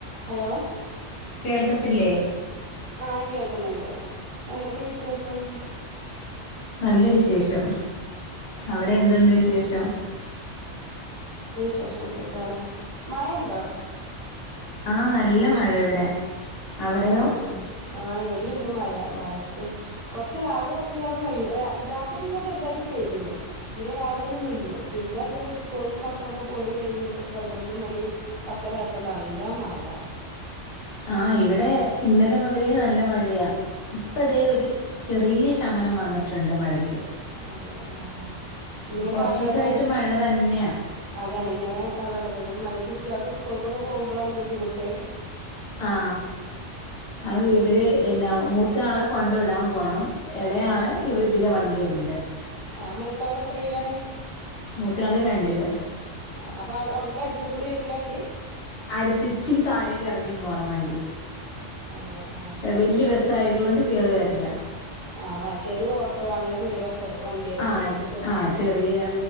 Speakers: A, on the right; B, on the left.
A: ഹലോ
B: കേൾക്കത്തില്ലേ
A: ആഹ് കേൾക്കുന്നുണ്ട് എന്തൊക്കെ വിശേഷം
B: നല്ല വിശേഷം അവിടെ എന്തുണ്ട്
A: ആഹ്
B: വിശേഷം
A: ശേഷം സുഖാണ് മഴ ഇണ്ടോ
B: ആഹ് നല്ല മഴ ഇവിടെ
A: നല്ല
B: അവിടെയോ
A: മഴേണ്ല്ലേ ആഹ് ഇവടീ ണ്ട് മഴ മഴ ക്ക് കുറച്ച് രാവിലെ കുറച്ചു നേരം പെയ്യും രാത്രി ഇങ്ങനെ ചെറുതായിട്ട് പെയ്തീനു പിന്നെ രാവിലെ ഒന്ന് നിന്നു പിന്നെ സ്കൂൾക്ക് മക്കളൊക്കെ പോയി കഴിഞ്ഞപ്പണ്ട് പതിനൊന്ന് മണി പത്തര ആയപ്പണ്ട് നല്ല മയ
B: ആഹ് ഇവിടെ ഇന്നലെ മുതലേ നല്ല മഴയാ ഇപ്പൊ
A: ആഹ്
B: ദേ ഒര് ചെറിയ ശമനം വന്നിട്ടുണ്ട് മഴയ്
A: അതെ യൊ ആ ഇങ്ങനെക്കെ
B: കൊറച്ചൂസായിട്ട്
A: ആയാലാണ്
B: മഴ തന്നെയാ
A: അതാണ് ഇങ്ങനെ അതാണ് പെരും മഴ ഈ കുട്ടിയോക്ക് സ്കൂൾക്കൊക്കെ പോകുമ്പളാണ് ബുദ്ധിമുട്ട്
B: ആ അ ഇവര് എന്നാ മൂത്ത ആളെ കൊണ്ട് വിടാൻ പോണം ഇളയാളെ ഇതിലെ വണ്ടി ഉണ്ട്
A: ഏ മൂത്തോള് എത്രീലാണ്
B: മൂത്തയാള് രണ്ടില്
A: ആഹ് അപ്പൊ അവിട്ക്ക് അടുത്ത് കൂടി വരൂലാ വണ്ടി
B: അടുത്ത് ഇച്ചിരി താഴേക്ക് എറങ്ങി പോണം വണ്ടി
A: അതെയോ ആ
B: വല്യ ബസായതുകൊണ്ട് കേറി വരില്ല
A: ആ മറ്റേത് ഓട്ടോ അങ്ങനെ ചെറിയ ബസ് വണ്ടി ആയിരിക്കുംല്ലേ
B: ആ
A: ചെറി
B: ആ ചെറിയ